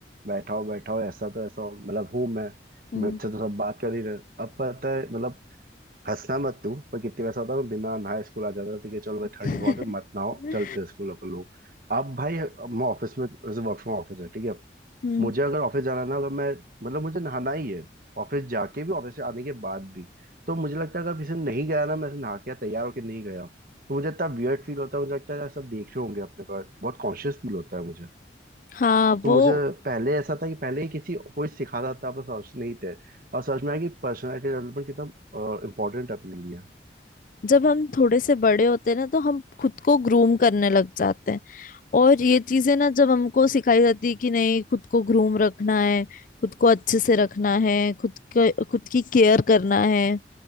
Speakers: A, on the right; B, on the left.
A: बैठाओ बैठाओ ऐसा तो ऐसा हो, मतलब हूँ मैं
B: हम्म
A: मुझसे तो सब बात कर ही रहे अब पता है मतलब हंसना मत तू पर कितनी वैसा होता है मैं बिना नहाए स्कूल आ जाता था, ठीक है चलो भाई ठंड
B: हम्म,
A: बहुत है मत नहाओ
B: <laughs>
A: चलते हैं स्कूल अपन लोग अब भाई मैं ऑफिस में वर्क फ्रॉम ऑफिस है ठीक है
B: हम्म,
A: मुझे अगर ऑफिस जाना ना अगर मैं मतलब मुझे नहाना ही है ऑफिस जाके भी ऑफिस से आने के बाद भी तो मुझे लगता है अगर किसी दिन नहीं गया ना मैं ऐसे नहा के या तैयार होके नहीं गया तो मुझे इतना वियर्ड फील होता है मुझे लगता है यार सब देख रहे होंगे अपने को बहुत कॉन्शियस फील होता है मुझे
B: हाँ
A: तो
B: वो
A: मुझे पहले ऐसा था कि पहले ही किसी कोई सिखाता था पर समझ नहीं थे और समझ में आया कि पर्सनैलिटी डेवलपमेंट कितना इम्पोर्टेंट है अपने लिए
B: जब हम थोड़े से बड़े होते हैं ना तो हम खुद को ग्रूम करने लग जाते हैं और ये चीजें ना जब हमको सिखाई जाती है कि नहीं खुद को ग्रूम रखना है खुद को अच्छे से रखना है खुद को खुद की केयर करना है